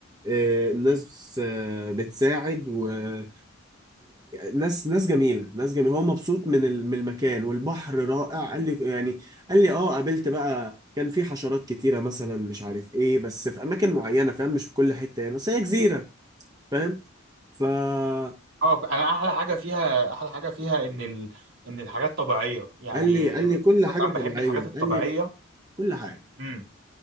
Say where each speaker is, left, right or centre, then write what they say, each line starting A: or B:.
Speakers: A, on the right; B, on the right.
A: آه، الناس آه، بتساعد وناس ناس ناس جميلة ناس جميلة هو مبسوط من ال- من المكان والبحر رائع قال لي يعني قال لي اه قابلت بقى كان في حشرات كتيرة مثلا مش عارف ايه بس في اماكن معينة فاهم مش في كل حتة يعني بس هي جزيرة فاهم فقال
B: اه انا احلى حاجه فيها احلى حاجه فيها ان ال... ان الحاجات طبيعيه يعني
A: لي قال لي كل حاجه
B: طبعا
A: طبيعيه
B: بحب الحاجات الطبيعيه
A: قال لي كل حاجه
B: امم